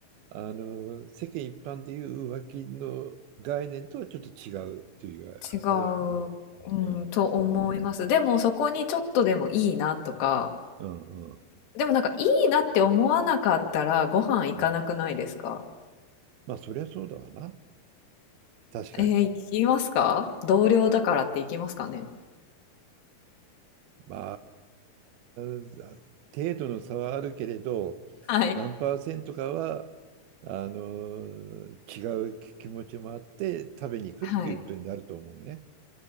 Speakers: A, on the right (about 75°); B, on the left (about 85°).
A: あの、世間一般でいう浮気の概念とはちょっと違うっていうあれやな。
B: 違う、うん、
A: うん。
B: と思います。でもそこにちょっとでもいいなとか、
A: うん。うん。
B: でもなんかいいなって思わなかったらご飯行かなくないですか
A: うん。まあ、そりゃそうだわな。確かに。
B: ええ、行きますか？同僚だからって行きますかね？
A: まあ、程度の差はあるけれど、
B: はい。
A: 何パーセントかはあの、違う気持ちもあって食べに行くっていうことになると思うね。
B: はい。